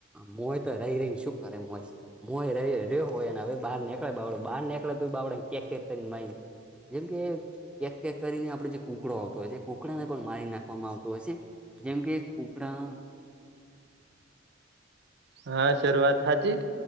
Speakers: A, in the centre; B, on the right (about 60°).
A: મોય તો રહી રહી ને શું કરે મોય. મોય ર ર્યો હોય ને હવે બહાર નીકળે બાબડે બહાર નીકળે તો બાબડે ને કેક કેક કરીને મારીને, જેમ કે કેક કેક કરીને આપણે જે કુકડો આવતો હોય છે. કુકડાને મારી નાખવામાં આવતો હોય છે. જેમ કે, કુકડા
B: હા સર વાત સાચી.